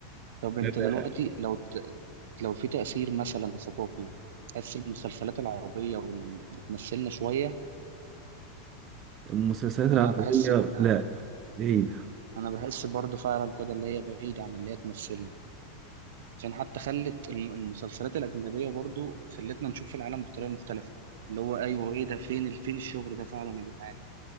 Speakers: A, on the right (about 65°); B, on the right (about 35°).
A: طب انت
B: لا،
A: دلوقتي
B: لا،
A: لو ت- لو في تأثير مثلا ثقافي تحس المسلسلات العربية وال- بتمثلنا شوية
B: المسلسلات العربية
A: انا بحس ان
B: لا بعيدة
A: انا بحس برضو فعلا كده اللي هي بعيد عن اللي هي تمثلنا عشان حتى خلت الم- المسلسلات الأجنبية برضو خلتنا نشوف العالم بطريقة مختلفة اللي هو ايوه ايه ده فين ال- فين الشغل ده فعلا يا جدعان